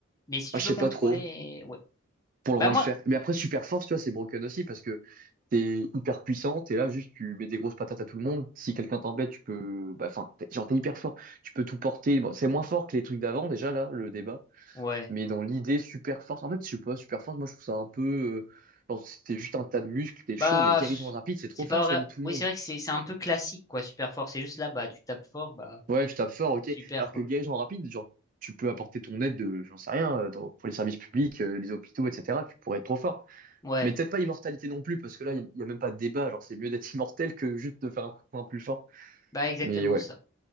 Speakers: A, on the left (about 15°); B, on the right (about 40°).
A: Mais si tu
B: Ah, je
A: peux
B: sais
A: contrôler,
B: pas trop
A: ouais.
B: pour le
A: Bah
B: rendre
A: moi,
B: fer. Mais après, super force, tu vois, c'est broken aussi parce que t'es hyper puissant, t'es là, juste, tu mets des grosses patates à tout le monde. Si quelqu'un t'embête, tu peux. Bah, enfin, t'es- genre, t'es hyper fort, tu peux tout porter. Bon, c'est moins fort que les trucs d'avant, déjà, là, le débat.
A: Ouais.
B: Mais dans l'idée, super force, en fait, je sais pas, super force, moi je trouve ça un peu. euh, genre, c'était juste un tas de muscles, t'es chaud,
A: Bah,
B: mais guérison
A: pff,
B: rapide, c'est trop
A: c'est
B: fort
A: pas
B: de soigner
A: vrai.
B: tout
A: Oui,
B: le monde.
A: c'est vrai que c'est c'est un peu classique, quoi, super fort. C'est juste là, bah, tu tapes fort, bah,
B: Ouais, tu tapes fort, ok.
A: super,
B: Alors
A: quoi.
B: que guérison rapide, genre, tu peux apporter ton aide de, j'en sais rien, euh, dans- pour les services publics, euh, les hôpitaux, etc. Tu pourrais être trop fort.
A: Ouais.
B: Mais peut-être pas immortalité non plus, parce que là, il n'y y a même pas de débat. Genre, c'est mieux d'être immortel que juste de faire un coup de poing plus fort.
A: Bah, exactement
B: Mais ouais.
A: ça.